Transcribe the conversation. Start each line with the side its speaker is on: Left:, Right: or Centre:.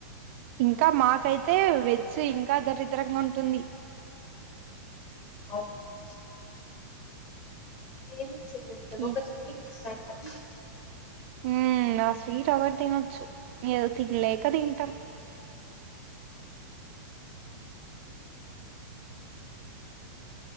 Right: ఇంకా మాకైతే వెజ్ ఇంకా దరిద్రంగా ఉంటుంది
Left: అవునా ఏమి చేయరు కద
Right: ఈ,
Left: ఒక స్వీట్ ఇస్తారు కాని
Right: హు మ్ ఆ స్వీట్ ఎవరు తినొచ్చు ఏదో తినలేక తింటాం